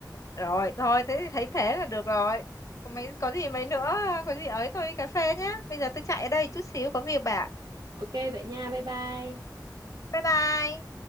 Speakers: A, on the left; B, on the right.
A: rồi thôi thế thì thấy thế là được rồi có mấy có gì mấy nữa có gì ấy tôi đi cà phê nhá bây giờ tôi chạy ở đây chút xíu có việc bà
B: Ok vậy nha, bye bye.
A: bye bye